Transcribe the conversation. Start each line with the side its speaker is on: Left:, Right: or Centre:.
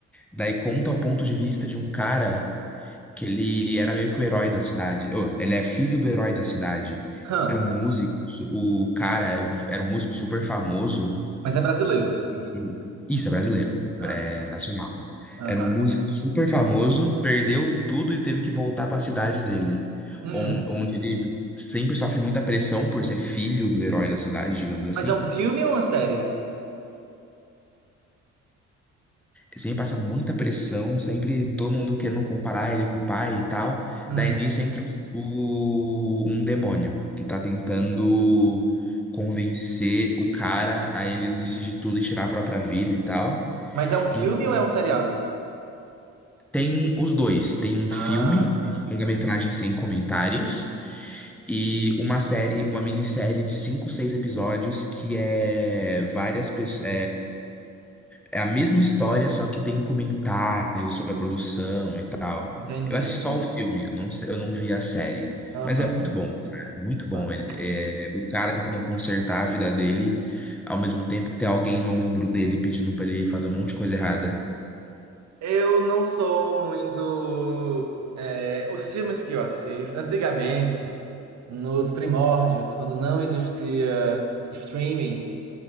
Centre: Daí conta o ponto de vista de um cara que ele era meio que o herói da cidade. Oh, ele é filho do herói da cidade.
Right: hum.
Centre: Era um músico, o cara é um- era um músico super famoso.
Right: Mas é brasileiro.
Centre: e- Isso, é brasileiro,
Right: Ah,
Centre: é nacional.
Right: aham.
Centre: Era um músico super famoso, perdeu tudo e teve que voltar para a cidade dele,
Right: Hum,
Centre: on- onde ele sempre sofre muita pressão por ser filho do herói da cidade, digamos assim.
Right: mas é um filme ou uma série?
Centre: Sempre passa muita pressão, sempre todo mundo querendo comparar ele com o pai e tal.
Right: Uhum.
Centre: Daí nisso entra o, um demônio que tá tentando convencer o cara a ele desistir de tudo e tirar a própria vida e tal.
Right: Mas é um filme
Centre: E
Right: ou é um seriado?
Centre: tem os dois, tem um
Right: Ah,
Centre: filme,
Right: tá.
Centre: longa-metragem sem comentários, e uma série, uma minissérie de cinco, seis episódios que é várias pessoas. É a mesma história, só que tem comentários sobre a produção e tal.
Right: entendi,
Centre: Eu assisti só
Right: entendi.
Centre: o filme, eu não, sei- eu não vi a série.
Right: Aham.
Centre: Mas é muito bom, cara. Muito bom.
Right: aham.
Centre: Ele, é, o cara tentando consertar a vida dele, ao mesmo tempo que tem alguém no ombro dele pedindo pra ele fazer um monte de coisa errada.
Right: Eu não sou muito. é, os filmes que eu assisto, antigamente, nos primórdios, quando não existia streaming,